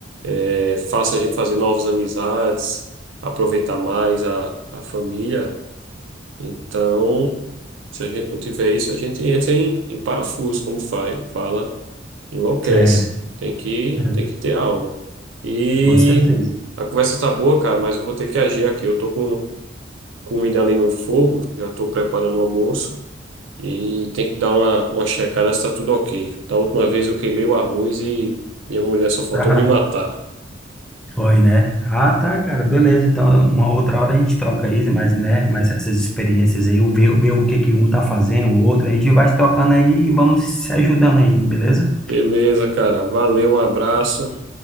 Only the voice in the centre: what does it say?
É,
é,
com certeza.
Ah,
foi, né? Ah, tá, cara, beleza. Então, uma outra hora a gente troca aí, mas, né, mas essas experiências aí, o ver, ver o que que um tá fazendo, o outro, a gente vai se trocando aí e vamos se ajudando aí, beleza?